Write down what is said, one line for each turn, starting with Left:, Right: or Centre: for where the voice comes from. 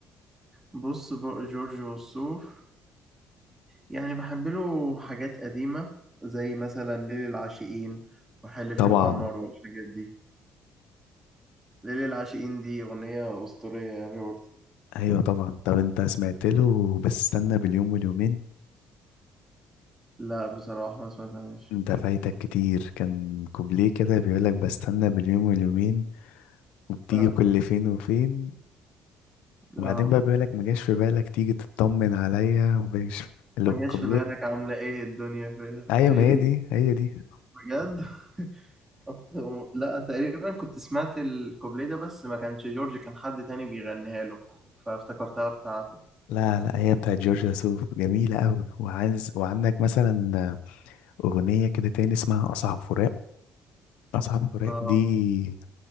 Right: بص بقى جورج وسوف يعني بحب له حاجات قديمة زي مثلا ليل العاشقين وحلف
Left: طبعا
Right: القمر والحاجات دي ليل العاشقين دي أغنية أسطورية يعني برضه
Left: ايوه طبعا طب انت سمعت له بس استنى باليوم واليومين
Right: لا بصراحة ما سمعتهاش
Left: انت فايتك كتير كان كوبليه كده بيقولك بستنى باليوم واليومين وبتيجي
Right: اه
Left: كل فين وفين وبعدين
Right: اه
Left: بقى بيقولك ما جاش في بالك تيجي تطمن عليا ومجاش في- اللي
Right: ما
Left: هو الكوبليه
Right: جاش في بالك عاملة ايه الدنيا فيا
Left: ايوه
Right: هي
Left: ما هي
Right: دي
Left: دي هي دي
Right: بجد <laughs> لا تقريبا كنت سمعت الكوبليه ده بس ما كانش جورج كان حد تاني بيغنيها له فافتكرتها بتاعته
Left: لا لا هي بتاعت جورج وسوف جميلة قوي وعايز وعندك مثلا أغنية كده تاني اسمها أصعب فراق أصعب فراق
Right: اه
Left: دي